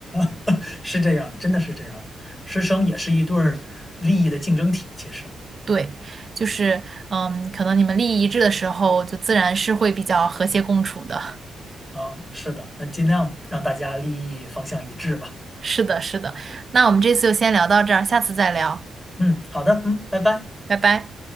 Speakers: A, on the left; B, on the right.
A: <laughs> 是这样，真的是这样的。师生也是一对儿利益的竞争体，其实
B: 对，就是，嗯，可能你们利益一致的时候，就自然是会比较和谐共处的。
A: 啊，是的，那尽量让大家利益方向一致吧。
B: <laughs> 是的，是的。那我们这次就先聊到这儿，下次再聊，
A: 嗯，好的，嗯，拜拜。
B: 拜拜。